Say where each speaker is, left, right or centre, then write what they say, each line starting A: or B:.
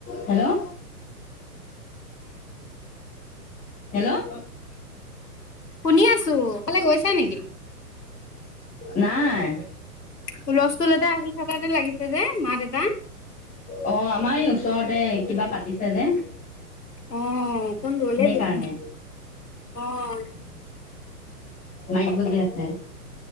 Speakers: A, on the left (about 15°); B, on the left (about 80°).
A: Hello hello
B: শুনি আছো এফালে গৈছে নেকি
A: নাই
B: সূলষ্টুল এটা আহি থকা যেন লাগিছে যে মাত এটা
A: অঁ আমাৰ এই ওচৰতে কিবা পাতিছে যে
B: অঁ অকন দুৰলে
A: সেইকাৰণে
B: যোৱা অঁ
A: মাইক বাজি আছে